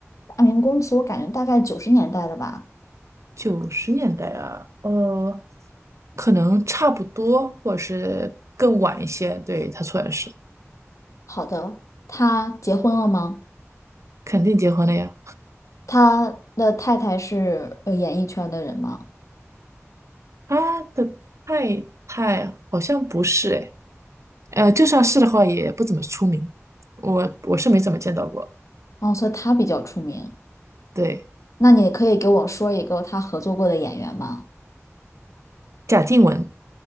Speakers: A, on the left (about 80°); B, on the right (about 70°).
A: 《大明宫词》我感觉大概九十年代的吧。
B: 九十年代啊，呃，可能差不多，或者是更晚一些，对，他出来的时候，
A: 好的，他结婚了吗？
B: 肯定结婚了呀，
A: 他的太太是呃演艺圈的人吗？
B: 他的太太好像不是哎，呃，就算是的话，也不怎么出名，我我是没怎么见到过，
A: 哦，所以他比较出名。
B: 对。
A: 那你可以给我说一个他合作过的演员吗？
B: 贾静雯、